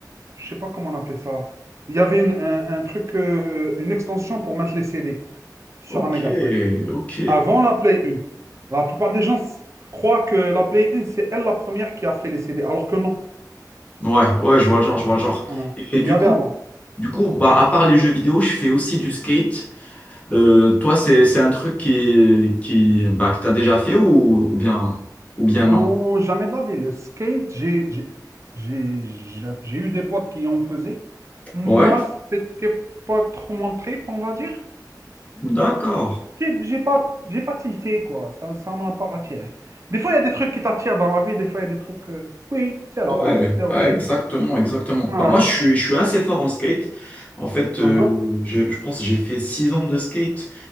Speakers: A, on the right; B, on the left.
A: je sais pas comment on appelait ça. Il y avait une- un, un truc, euh, une extension pour mettre les CD sur
B: Ok,
A: la Mega Drive.
B: ok.
A: Avant la Play 1. La plupart des gens s- croient que la Play 1, c'est elle la première qui a fait les CD, alors que non.
B: Ouais, ouais, je vois le genre, je vois le genre.
A: Voilà.
B: Et, et du
A: Il y avait
B: coup,
A: avant.
B: du coup, bah,
A: Mhm.
B: à part les jeux vidéo, je fais aussi du skate. Euh, toi, c'est, c'est un truc qui, qui, bah, que t'as déjà fait ou, ou bien, ou bien
A: Non,
B: non?
A: jamais de la vie. Le skate, j'ai j'ai- j'ai- j'ai- j'ai eu des potes qui en faisaient. Moi,
B: Ouais,
A: c'était pas trop mon trip, on va dire.
B: d'accord.
A: J'ai j'ai pas, j'ai pas tilté, quoi. Ça, ça m'a pas attiré. Des fois, il y a des trucs qui t'attirent dans la vie, des fois, il y a des trucs que, oui, c'est là,
B: Ouais,
A: oui, c'est OK.
B: ouais, exactement, exactement.
A: Ah,
B: Bah, moi, je suis, je suis assez fort en skate. En fait, euh,
A: ah,
B: je, je pense que j'ai fait six ans de skate.